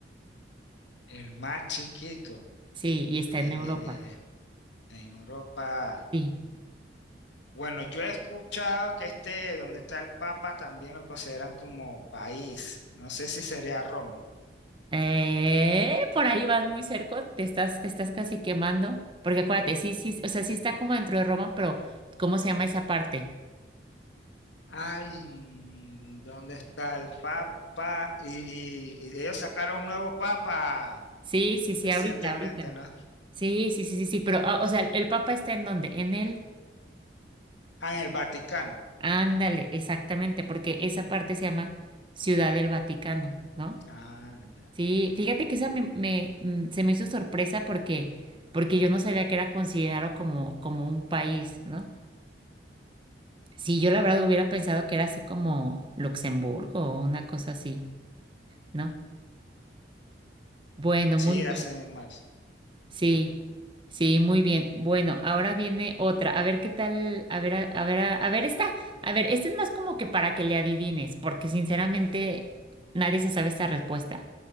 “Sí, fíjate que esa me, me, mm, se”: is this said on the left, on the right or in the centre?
Right